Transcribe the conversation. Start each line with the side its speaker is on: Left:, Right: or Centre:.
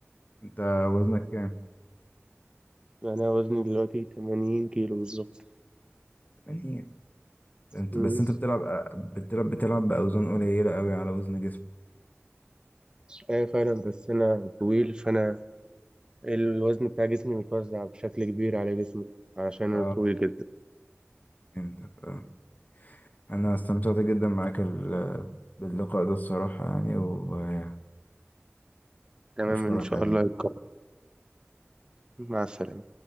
Left: انت وزنك كام
Right: يعني انا وزني دلوقتي 80 كيلو بالظبط
Left: 80 انت
Right: مم.
Left: بس انت بتلعب آه، بتلعب بتلعب باوزان قليله قوي على وزن جسمك
Right: ايوه فعلا بس انا طويل فانا الوزن بتاع جسمي متوزع بشكل كبير على جسمي علشان
Left: اه
Right: انا طويل جدا
Left: فهمتك اه انا استمتعت جدا معاك ال- باللقاء ده الصراحه يعني و-
Right: تمام
Left: واشكرك
Right: ان شاء
Left: على
Right: الله يكون مع السلامة